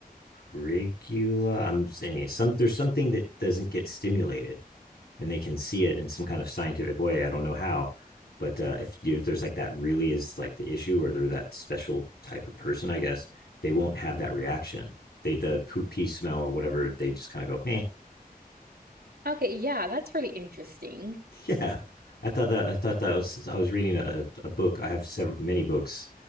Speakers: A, on the left; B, on the right.
A: trigula i'm saying some there's something that doesn't get stimulated and they can see it in some kind of scientific way. I don't know how, but uh, if you, there's like that really is like the issue, or they're that special type of person, I guess they won't have that reaction. They the poop pee smell or whatever, they just kind of go, eh,
B: Okay, yeah, that's really interesting.
A: <laughs> yeah. I thought that I thought that was I was reading a, a book. I have several many books,